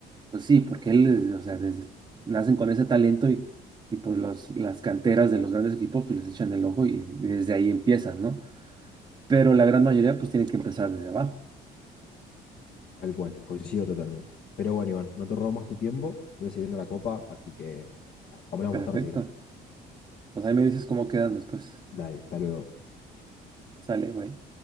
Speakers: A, on the right (about 25°); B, on the left (about 60°).
A: Pues sí, porque él, es- o sea, desde- nacen con ese talento y, y pues los, las canteras de los grandes equipos pues les echan el ojo y desde ahí empiezan, ¿no? Pero la gran mayoría pues tiene que empezar desde abajo.
B: Tal cual, coincido totalmente. Pero bueno, Iván, no te robo más tu tiempo. Voy a seguir viendo la copa, así que hablamos
A: Perfecto.
B: más tarde si quieres.
A: Pues ahí me dices cómo quedan después.
B: Dale, hasta luego.
A: Sale, bye.